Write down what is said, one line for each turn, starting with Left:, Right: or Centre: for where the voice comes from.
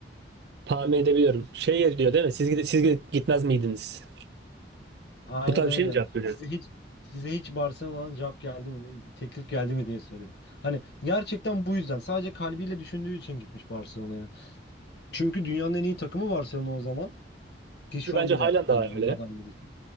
Right: Tahmin edebiliyorum. Şey diyor değil mi? Siz, gide- siz gitmez miydiniz?
Left: Aynen
Right: Bu tarz
Left: öyle.
Right: bir şey mi cevap veriyoruz?
Left: Size hiç size hiç Barcelona'dan cevap geldi mi, teklif geldi mi diye soruyor. Hani gerçekten bu yüzden sadece kalbiyle düşündüğü için gitmiş Barcelona'ya. Çünkü dünyanın en iyi takımı Barcelona o zaman ki şu
Right: Ki bence
Left: an bile
Right: halen
Left: hani
Right: daha öyle.
Left: onlardan birisi.